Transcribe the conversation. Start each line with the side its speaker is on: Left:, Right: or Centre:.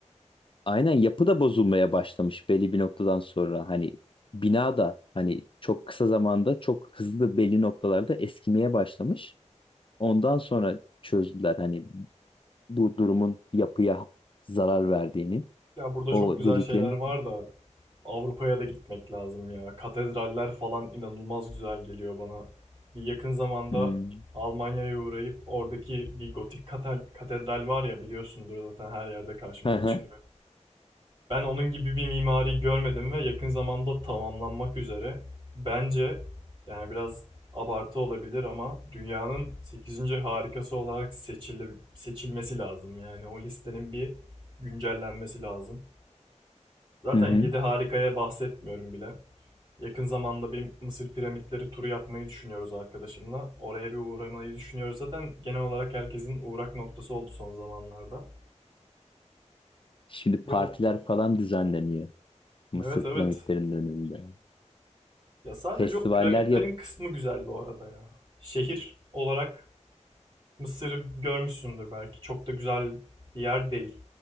Left: aynen yapı da bozulmaya başlamış belli bir noktadan sonra hani bina da hani çok kısa zamanda çok hızlı belli noktalarda eskimeye başlamış. Ondan sonra çözdüler hani bu durumun yapıya zarar verdiğini,
Right: Ya burada
Left: o
Right: çok güzel
Left: deliklerin
Right: şeyler var da Avrupa'ya da gitmek lazım ya. Katedraller falan inanılmaz güzel geliyor bana. Bir yakın zamanda
Left: Hmm.
Right: Almanya'ya uğrayıp oradaki bir gotik kate- katedral var ya biliyorsundur zaten her yerde karşımıza
Left: Hı hı.
Right: çıkıyor. Ben onun gibi bir mimari görmedim ve yakın zamanda tamamlanmak üzere. Bence yani biraz abartı olabilir ama dünyanın sekizinci harikası olarak seçili- seçilmesi lazım. Yani o listenin bir güncellenmesi lazım. Zaten
Left: Hı hı.
Right: 7 harikaya bahsetmiyorum bile. Yakın zamanda bir Mısır piramitleri turu yapmayı düşünüyoruz arkadaşımla. Oraya bir uğramayı düşünüyoruz. Zaten genel olarak herkesin uğrak noktası oldu son zamanlarda.
Left: Şimdi
Right: Yo,
Left: partiler falan düzenleniyor. Mısır
Right: evet evet.
Left: piramitlerinin önünde.
Right: Ya sadece
Left: Festivaller
Right: o piramitlerin
Left: yap.
Right: kısmı güzel bu arada ya. Şehir olarak Mısır'ı görmüşsündür belki. Çok da güzel bir yer değil.